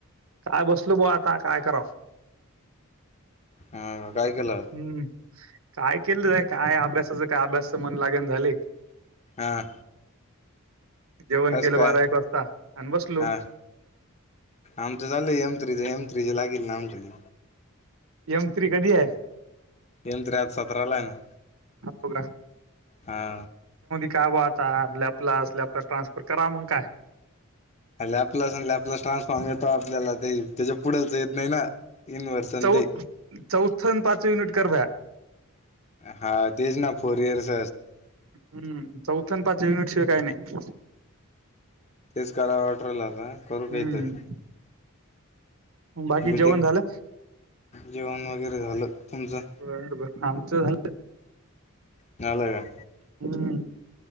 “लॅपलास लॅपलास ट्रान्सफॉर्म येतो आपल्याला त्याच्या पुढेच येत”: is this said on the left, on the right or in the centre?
Left